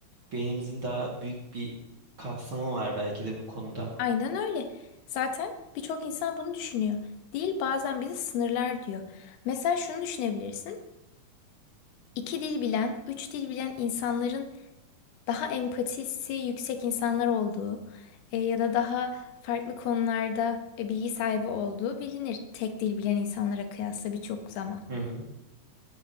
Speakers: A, on the right; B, on the left.
A: beynimizin daha büyük bir kapsamı var belki de bu konuda.
B: Aynen öyle. Zaten birçok insan bunu düşünüyor. Dil bazen bizi sınırlar diyor. Mesela şunu düşünebilirsin. İki dil bilen, üç dil bilen insanların daha empatisi yüksek insanlar olduğu e, ya da daha farklı konularda e, bilgi sahibi olduğu bilinir. Tek dil bilen insanlara kıyasla birçok zaman.
A: Hı hı.